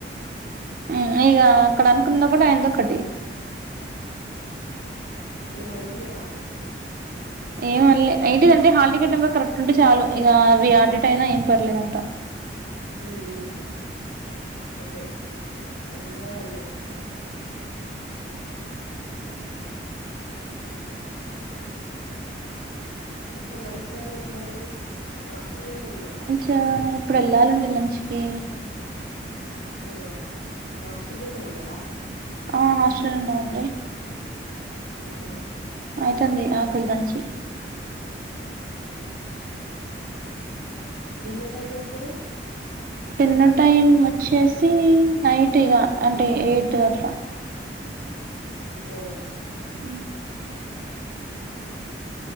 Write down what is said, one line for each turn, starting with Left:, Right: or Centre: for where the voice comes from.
Right: హు ఇగ అక్కడ అనుకున్న ఒకటి అయ్యింది ఒకటి
Left: ఏం అనలేగా
Right: ఏం అనలే ఏంటిది అంటే హాల్టికెట్ నెంబర్ కరక్ట్ ఉంటే చాలు, ఇగ అవి అటు ఇటు అయినా ఏం పర్లేదు అంట.
Left: మ్మ్ హు అంతే ఏం కాదండి ఇంకా లంచ్ టైమ్ ఎప్పుడు అండి ఇంక హాస్టల్ లోనే ఉన్నారా
Right: యా ఇప్పుడు వెళ్ళాలండి లంచ్ కి
Left: అవునా హాస్టల్ లోనే ఉన్నారా
Right: ఆ హాస్టల్ లోనే అండి
Left: హు హ్
Right: అయితంది ఆకలి దంచి
Left: డిన్నర్ టైం ఎప్పుడు
Right: డిన్నర్ టైం వచ్చేసి నైట్ ఇగ అంటే ఎయిట్ అట్ల
Left: ఓ
Right: హ్